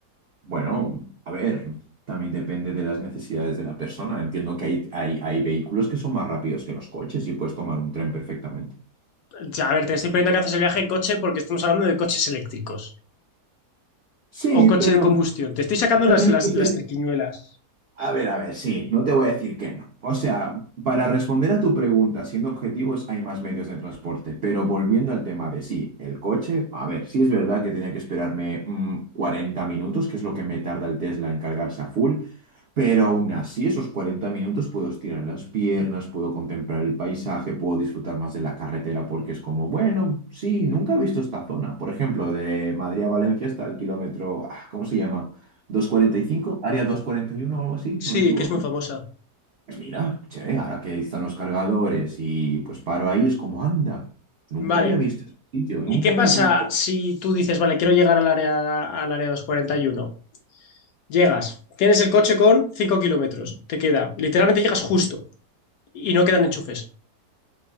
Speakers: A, on the right; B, on the left.
A: Bueno, a ver, también depende de las necesidades de la persona. Entiendo que hay, hay, hay vehículos que son más rápidos que los coches y puedes tomar un tren perfectamente.
B: O sea, a ver, te estoy poniendo que haces el viaje en coche porque estamos hablando de coches eléctricos
A: Sí,
B: o coche
A: pero
B: de combustión. Te estoy sacando
A: también
B: las, las,
A: hay que
B: las
A: ser
B: triquiñuelas.
A: A ver, a ver, sí, no te voy a decir que no. O sea, para responder a tu pregunta, siendo objetivos, hay más medios de transporte, pero volviendo al tema de sí, el coche, a ver, sí es verdad que tenía que esperarme mm, 40 minutos, que es lo que me tarda el Tesla en cargarse a full, pero aún así, esos 40 minutos puedo estirar las piernas, puedo contemplar el paisaje, puedo disfrutar más de la carretera porque es como, bueno, sí, nunca he visto esta zona. Por ejemplo, de Madrid a Valencia hasta el kilómetro, ah, ¿cómo se llama? doscientos cuarenta y cinco área doscientos cuarenta y uno o algo así, no
B: Sí,
A: me equivoco.
B: que es muy famosa.
A: Pues mira, che, ahora que están los cargadores y pues paro ahí, es como anda. Nunca
B: Vale,
A: había visto este sitio, nunca
B: ¿y qué
A: me
B: pasa
A: había comido un
B: si tú dices, vale, quiero llegar al área, al área doscientos cuarenta y uno. Llegas, tienes el coche con 5 kilómetros, te queda, literalmente llegas justo y no quedan enchufes.